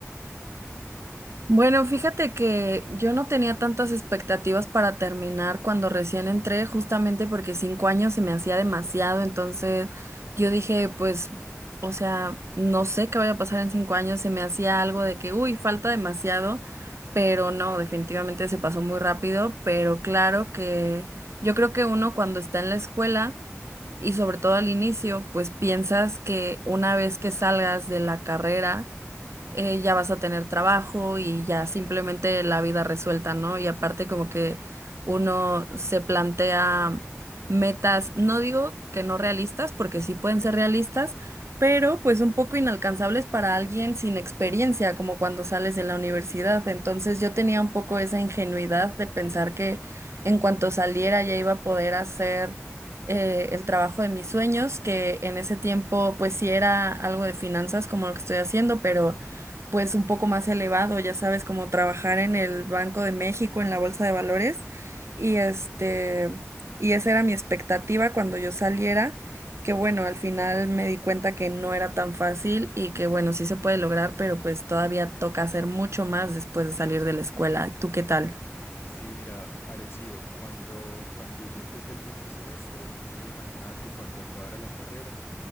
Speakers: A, on the right (about 60°); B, on the left (about 50°).
A: Bueno, fíjate que yo no tenía tantas expectativas para terminar cuando recién entré, justamente porque cinco años se me hacía demasiado, entonces yo dije, pues, o sea, no sé qué vaya a pasar en cinco años, se me hacía algo de que, uy, falta demasiado, pero no, definitivamente se pasó muy rápido, pero claro que yo creo que uno cuando está en la escuela y sobre todo al inicio, pues piensas que una vez que salgas de la carrera, eh, ya vas a tener trabajo y ya simplemente la vida resuelta, ¿no? Y aparte como que uno se plantea metas, no digo que no realistas, porque sí pueden ser realistas, pero pues un poco inalcanzables para alguien sin experiencia, como cuando sales de la universidad. Entonces yo tenía un poco esa ingenuidad de pensar que en cuanto saliera ya iba a poder hacer... eh, el trabajo de mis sueños, que en ese tiempo pues sí era algo de finanzas como lo que estoy haciendo, pero pues un poco más elevado, ya sabes, como trabajar en el Banco de México, en la Bolsa de Valores, y este, y esa era mi expectativa cuando yo saliera, que bueno, al final me di cuenta que no era tan fácil y que bueno, sí se puede lograr, pero pues todavía toca hacer mucho más después de salir de la escuela. ¿Tú qué tal?
B: Sí, mira, parecido. Cuando, cuando yo empecé el primer semestre, yo me imaginaba que cuando acabara la carrera